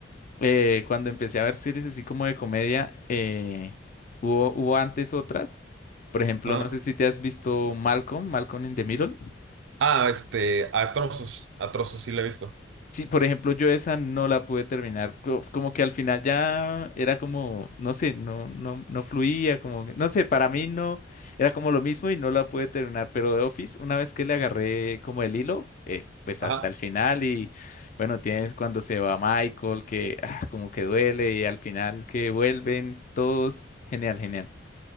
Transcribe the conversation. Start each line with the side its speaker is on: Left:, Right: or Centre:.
Left: eh, cuando empecé a ver series así como de comedia, eh, hubo, hubo antes otras. Por ejemplo,
Right: Ah,
Left: no sé si te has visto Malcolm, Malcolm in the Middle.
Right: ah, este, a trozos, a trozos sí la he visto.
Left: Sí, por ejemplo, yo esa no la pude terminar. co- Como que al final ya era como, no sé, no, no, no fluía, como que- no sé, para mí no, era como lo mismo y no la pude terminar. Pero de Office, una vez que le agarré como el hilo, eh, pues
Right: ajá
Left: hasta el final y bueno, tienes cuando se va Michael, que ah, como que duele y al final que vuelven todos, genial, genial.